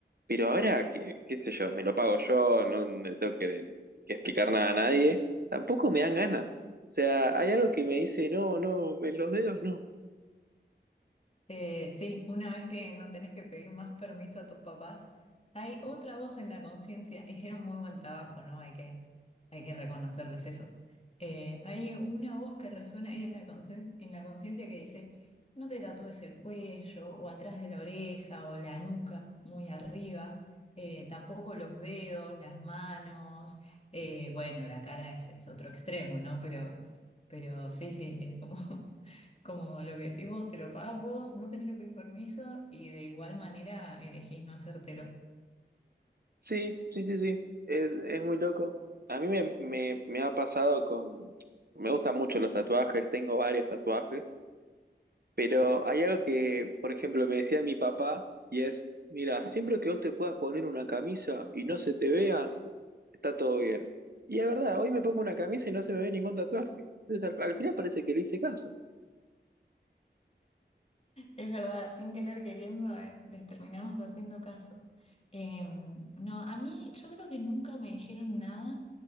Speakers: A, on the right; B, on the left.
A: pero ahora, qué, qué sé yo, me lo pago yo, no le tengo que, que explicar nada a nadie, tampoco me dan ganas. O sea, hay algo que me dice, no, no, en los dedos no.
B: Eh, sí, una vez que no tenés que pedir más permiso a tus papás, hay otra voz en la conciencia. Hicieron muy buen trabajo, ¿no? Hay que, hay que reconocerles eso. Eh, hay una voz que resuena ahí en la conciencia, en la conciencia que dice, no te tatúes el cuello o atrás de la oreja o la nuca, muy arriba. Eh, tampoco los dedos, las manos. Eh, bueno, la cara es, es otro extremo, ¿no? Pero, pero sí, sí, es como... <laughs> Como lo que decís vos, te lo pagás vos, no tenés que pedir permiso y de igual manera elegís no hacértelo.
A: Sí, sí, sí, sí. Es, es muy loco. A mí me, me, me ha pasado con... Me gustan mucho los tatuajes, tengo varios tatuajes, pero hay algo que, por ejemplo, me decía mi papá y es, mira, siempre que vos te puedas poner una camisa y no se te vean, está todo bien. Y es verdad, hoy me pongo una camisa y no se me ve ningún tatuaje. Entonces al, al final parece que le hice caso.
B: Es verdad, sin querer queriendo, eh, les terminamos haciendo caso. Em, no, a mí yo creo que nunca me dijeron nada,